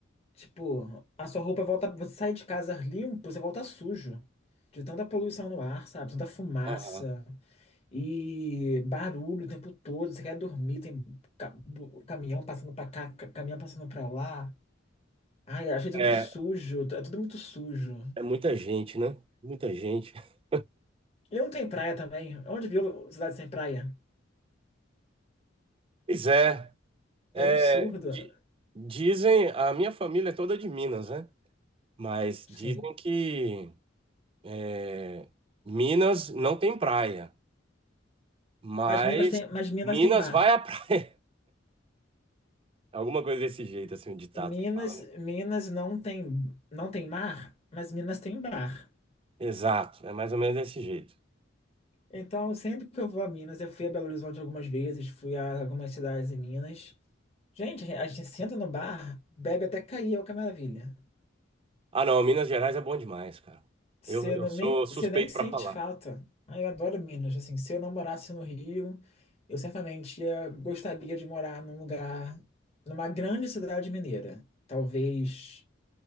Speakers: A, on the left; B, on the right.
A: Tipo, a sua roupa volta. Você sai de casa limpo, você volta sujo. De tanta poluição no ar, sabe? Tanta fumaça
B: Aham.
A: e barulho o tempo todo. Você quer dormir, tem ca- bu- caminhão passando pra cá, ca- caminhão passando pra lá. Ai, achei tudo
B: É,
A: sujo, é tudo muito sujo.
B: é muita gente, né? Muita gente. <laughs>
A: Ele não tem praia também. Onde viu cidade sem praia?
B: Pois é, é,
A: Que absurdo.
B: di- dizem, a minha família é toda de Minas, né? Mas
A: Sim.
B: dizem que é, Minas não tem praia, mas
A: Mas Minas tem, mas Minas
B: Minas
A: tem bar.
B: vai à praia. Alguma coisa desse jeito, assim, um ditado
A: Minas,
B: que fala. né?
A: Minas não tem, não tem mar, mas Minas tem bar.
B: Exato, é mais ou menos desse jeito.
A: Então, sempre que eu vou a Minas, eu fui a Belo Horizonte algumas vezes, fui a algumas cidades em Minas. Gente, a gente senta no bar, bebe até cair, olha que maravilha.
B: Ah, não, Minas Gerais é bom demais, cara.
A: Você
B: Eu, eu
A: não-
B: sou
A: nem,
B: suspeito
A: você nem sente
B: para falar.
A: falta. Ah, eu adoro Minas. Assim, se eu não morasse no Rio, eu certamente ia, gostaria de morar num lugar, numa grande cidade mineira. Talvez